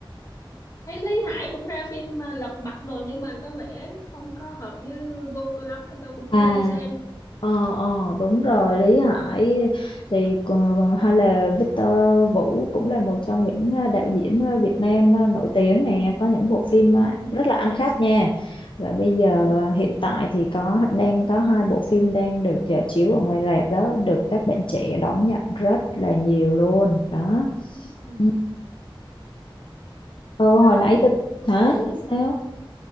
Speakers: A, on the left; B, on the left.
A: thấy Lý Hải cũng ra phim ờ, Lật Mặt rồi nhưng mà có vẻ không có hợp với gu tôi lắm nên tôi cũng chưa
B: À
A: đi xem
B: Ờ, ờ, đúng rồi Lý Hải thì còn- hay là Victor Vũ cũng là một trong những ờ, đạo diễn ờ, Việt Nam ờ, nổi tiếng nè có những bộ phim ờ,
A: ừ
B: rất là ăn khách nha và bây giờ
A: ừ
B: ờ, hiện tại thì có đang có hai bộ phim đang được ờ, chiếu ở ngoài rạp đó được các bạn trẻ đón nhận rất là nhiều luôn đó
A: ừ
B: ừ, Ờ,
A: à,
B: hồi nãy
A: Viết
B: tôi hả
A: Vũ
B: sao